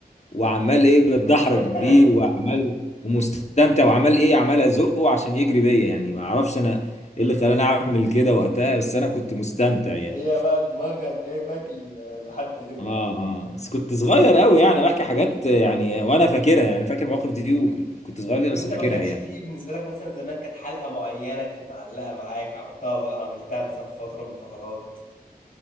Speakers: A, on the left (about 45°); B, on the left (about 60°).
A: وعمال ايه بتدحرج
B: <laughs>
A: بيه وعمال ومستمتع وعمال ايه عمال ازقه عشان يجري بيا يعني ما اعرفش انا ايه اللي خلاني اعمل كده وقتها بس انا كنت مستمتع يعني
B: هي بقى دماغك جايبك ل- لحد هنا
A: اه اه بس كنت صغير قوي يعني بحكي حاجات يعني وانا فاكرها يعني فاكر المواقف دي وكنت صغير
B: طب
A: جدا بس
B: انت
A: فاكرها
B: ما كانش
A: يعني
B: فيه بالنسبة لك مثلا زمان كانت حلقة معينة كانت معلقة معاك عملتها عملتها مثلا في فترة من فترات